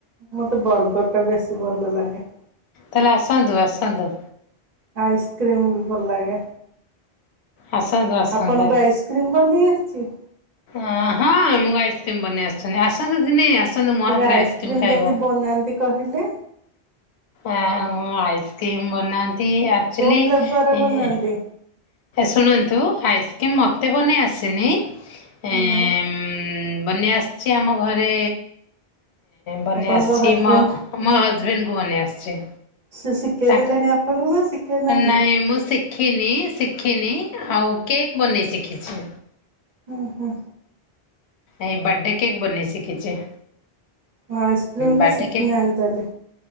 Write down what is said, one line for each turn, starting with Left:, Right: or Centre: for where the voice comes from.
Right: ମତେ ବର୍ଗର ଟା ବେଶୀ ଭଲ ଲାଗେ।
Left: ତାହଲେ ଆସନ୍ତୁ ଆସନ୍ତୁ।
Right: ଆଇସ୍କ୍ରିମ ବି ଭଲ ଲାଗେ।
Left: ଆସନ୍ତୁ ଆସନ୍ତୁ
Right: ଆପଣଙ୍କୁ ଆଇସ୍କ୍ରିମ ବନେଇ ଆସିଚି।
Left: ଅ ହଁ ଆମକୁ ଆଇସ୍କ୍ରିମ ବନେଇ ଆସିଛନ୍ତି ଆସନ୍ତୁ ଦିନେ। ଆସନ୍ତୁ ମୋ
Right: ଟିକେ
Left: ହାତରେ
Right: ଆଇସ୍କ୍ରିମ
Left: ଆଇସ୍କ୍ରିମ୍ ଖାଇବ।
Right: କେମତି ବନାନ୍ତି କହିଲେ।
Left: ଆ ଆଇସ୍କ୍ରିମ୍ ବନାନ୍ତି ଆକ୍ଚୁଲି
Right: କୋଉ ଫ୍ଲେଭର
Left: ଏ
Right: ବନାନ୍ତି?
Left: ଶୁଣନ୍ତୁ ଆଇସ୍କ୍ରିମ୍ ମୋତେ ବନେଇ ଆସିନି ଏଁ
Right: ମୁଁ
Left: ବନେଇ ଆସିଛି ଆମ ଘରେ ବନେଇ
Right: ଆପଣଙ୍କ
Left: ଆସିଛି
Right: ହଜବେଣ୍ଡ
Left: ମ ମ ହଜବେଣ୍ଡକୁ ବନେଇ ଆସିଚି
Right: ସେ ଶିଖେଇ
Left: ତାଙ୍କୁ
Right: ଦେଲେଣି ଆପଣଙ୍କୁ ନା ଶିଖେଇ ନାହାନ୍ତି
Left: ନାଇଁ ମୁଁ ଶିଖିନି ଶିଖିନି ଆଉ କେକ ବନେଇ ସିଖିଛି।
Right: ହୁଁ ହୁଁ,
Left: ଏ ବାର୍ଥଡେ କେକ୍ ବନେଇ ଶିଖିଛି।
Right: ହଁ ଆଇସ୍କ୍ରିମ
Left: ବାର୍ଥଡ଼େ
Right: ଟା ଶିଖିନି
Left: କେକ୍
Right: ଆଣୁତାଲି।